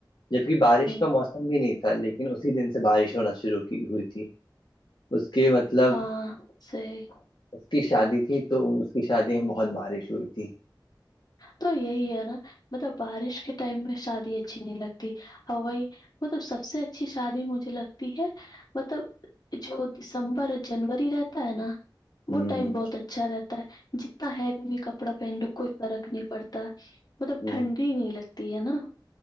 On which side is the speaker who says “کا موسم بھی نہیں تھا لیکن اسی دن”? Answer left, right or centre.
Left